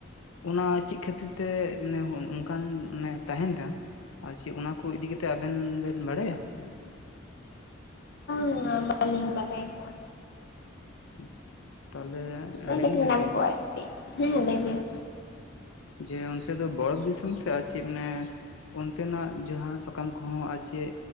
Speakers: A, on the left (about 85°); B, on the left (about 55°).
A: ᱚᱱᱟ ᱪᱤᱫ ᱠᱷᱟᱹᱛᱤᱨ ᱛᱮ ᱢᱟᱱᱮ ᱦᱚᱸ ᱚᱱᱠᱟᱱ ᱛᱟᱦᱮᱱ ᱫᱟ ᱟᱨ ᱪᱮᱫ ᱚᱱᱟ ᱠᱚ ᱤᱫᱤ ᱠᱟᱛᱮᱫ ᱟᱵᱮᱱ ᱵᱮᱱ ᱵᱟᱲᱟᱭᱟ ᱟᱨ ᱪᱮᱫ?
B: ᱚᱱᱟ ᱵᱟᱹᱞᱤᱧ ᱵᱟᱰᱟᱭ ᱠᱟᱜ-ᱟ
A: ᱟᱪᱪᱷᱟ, ᱛᱟᱦᱚᱞᱮ
B: ᱞᱟᱹᱭ
A: ᱟᱹᱞᱤᱧ
B: ᱞᱮᱠᱷᱟᱡ
A: ᱜᱮᱞᱤᱧ
B: ᱜᱟᱱ ᱠᱚᱜ-ᱟ
A: ᱮᱫᱟ
B: ᱟᱨᱠᱤ ᱦᱮᱸ ᱞᱟᱹᱭ ᱵᱤᱱ
A: ᱟᱪᱪᱷᱟ ᱡᱮ ᱚᱱᱛᱮ ᱫᱚ ᱵᱚᱨᱚᱯᱷ ᱫᱤᱥᱚᱢ ᱥᱮ ᱟᱨ ᱪᱮᱫ ᱢᱟᱱᱮ ᱚᱱᱛᱮᱱᱟᱜ ᱡᱟᱦᱟᱸ ᱥᱟᱠᱟᱢ ᱠᱚᱦᱚᱸ ᱟᱨ ᱪᱮᱫ